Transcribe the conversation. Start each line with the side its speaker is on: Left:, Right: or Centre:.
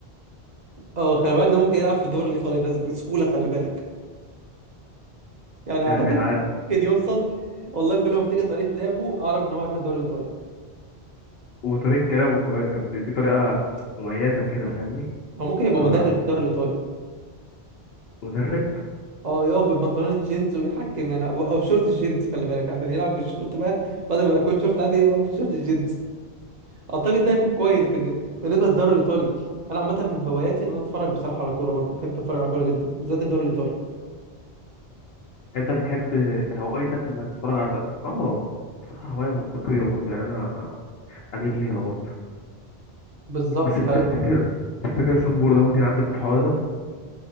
Right: اه خلي بالك ده ممكن يلعب في الدوري الايطالي ده بسهوله خلي بالك يعني اعتقد
Left: يعني
Right: <laughs> ممكن يوصل والله كل ما افتكر طريقه لعبه اعرف ان هو يروح الدوري الايطالي
Left: وطريقة كلامه كمان كانت ليه طريقة مميزة كده فاهمني
Right: او ممكن يبقى
Left: اللي
Right: مدرب
Left: هو
Right: في الدوري الايطالي
Left: مدرب
Right: اه يقف ببنطلون الجينز ويحكم يعني او أو بشورت الجينز خلي بالك عشان يلعب بالشورت بقى بدل ما يكون شورت عادي يقف بشورت الجينز اعتقد ده هيكون كويس بالن- بالنسبه للدوري الايطالي انا عامه من هواياتي ان انا اتفرج بصراحه على كوره برضه بحب اتفرج على كوره جدا بالذات الدوري الايطالي
Left: يعني انت بتحب هوايتك انك تتفرج على ده. اه بصراحة هواية منطقية برضه يعني انا اميل ليها برضه
Right: بالظبط
Left: بس انت تفتكر تفتكر صنبور ده ممكن يعدي في الحوار ده